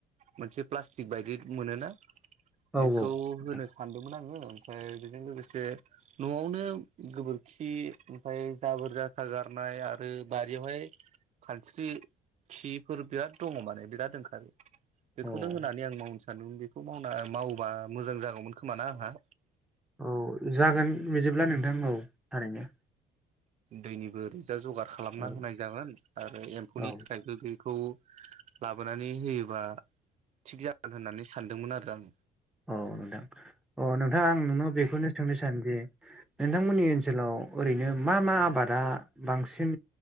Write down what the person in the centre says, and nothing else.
औ
नोंथां
अ
औ जागोन बिदिब्ला नोंथां औ थारैनो
औ
औ
औ नोंथां अ नोंथां आं नोंनाव बेखौनो सोंनो सानोदि नोंथांमोननि ओनसोलाव ओरैनो मा मा आबादा बांसिन